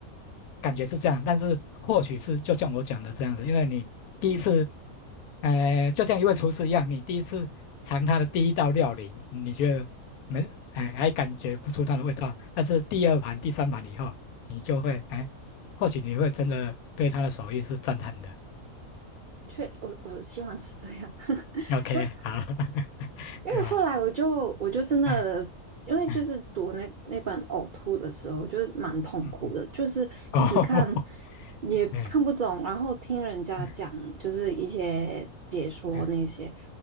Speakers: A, on the left; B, on the right.
A: 感觉是这样，但是或许是就像我讲的这样子，因为你第一次，呃，就像一位厨师一样，你第一次尝他的第一道料理，你觉得没，哎，还感觉不出它的味道，但是第二盘、第三盘以后，你就会，哎，或许你会真的对他的手艺是赞叹的。
B: 确，我我希望是这样。<laughs>
A: OK，好，<laughs>
B: 因为后来我就我就真的，
A: 对啊，嗯
B: 因为就是读那那本呕吐的时候，
A: 嗯
B: 就是蛮痛苦的，
A: 嗯嗯，
B: 就是一直看
A: 哦，<laughs>
B: 也看不懂，
A: 嗯
B: 然后听人家讲就是一些解说那些，
A: 嗯嗯